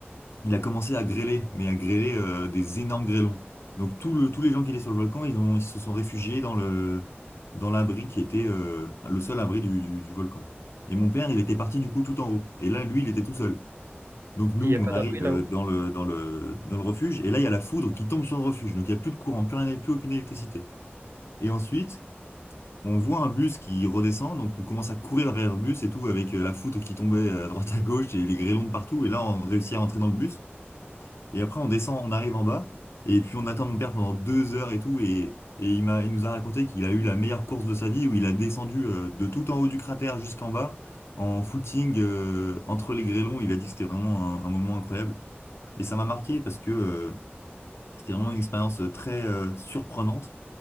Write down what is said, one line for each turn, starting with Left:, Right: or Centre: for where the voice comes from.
Left: il a commencé à grêler, mais à grêler euh, des énormes grêlons. Donc tout le, tous les gens qui étaient sur le volcan, ils ont, ils se sont réfugiés dans le, dans l'abri qui était euh, le seul abri du, du du volcan. Et mon père, il était parti du coup tout en haut. Et là, lui, il était tout seul. Donc nous,
Right: Il n'y a
Left: on
Right: pas
Left: arrive
Right: d'abri
Left: euh,
Right: là-haut?
Left: dans le, dans le, dans le refuge, et là, il y a la foudre qui tombe sur le refuge. Donc il n'y a plus de courant, plus rien, plus aucune électricité. Et ensuite, on voit un bus qui redescend, donc on commence à courir vers le bus et tout, avec euh, la foudre qui tombait euh, à droite à gauche et les grêlons de partout. Et là, on réussit à entrer dans le bus. Et après, on descend, on arrive en bas, et puis on attend mon père pendant deux heures et tout. Et, et il m'a, il nous a raconté qu'il a eu la meilleure course de sa vie, où il a descendu euh, de tout en haut du cratère jusqu'en bas, en footing, euh, entre les grêlons. Il a dit que c'était vraiment un un moment incroyable. Et ça m'a marqué parce que euh, c'était vraiment une expérience euh, très euh, surprenante.